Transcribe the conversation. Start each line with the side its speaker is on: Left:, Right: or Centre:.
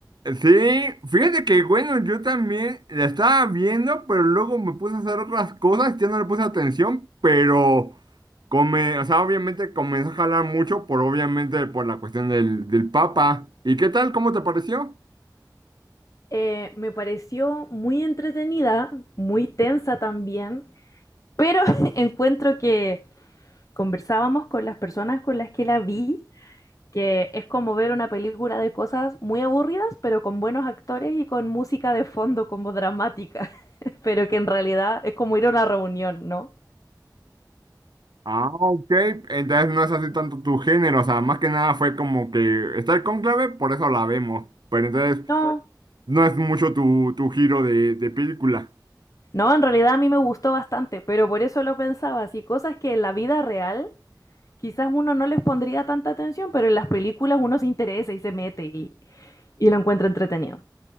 Right: Sí, fíjate que bueno, yo también la estaba viendo, pero luego me puse a hacer otras cosas, ya no le puse atención, pero come, o sea, obviamente comenzó a jalar mucho por obviamente por la cuestión del, del Papa. ¿Y qué tal? ¿Cómo te pareció?
Left: Eh, me pareció muy entretenida, muy tensa también, pero <laughs> encuentro que conversábamos con las personas con las que la vi que es como ver una película de cosas muy aburridas, pero con buenos actores y con música de fondo como dramática, <laughs> pero que en realidad es como ir a una reunión, ¿no?
Right: Ah, ok, entonces no es así tanto tu género, o sea, más que nada fue como que está el cónclave, por eso la vemos. Pero entonces,
Left: No,
Right: No es mucho tu, tu giro de, de película.
Left: no, en realidad a mí me gustó bastante, pero por eso lo pensaba, así cosas que en la vida real quizás uno no les pondría tanta atención, pero en las películas uno se interesa y se mete y, y lo encuentra entretenido.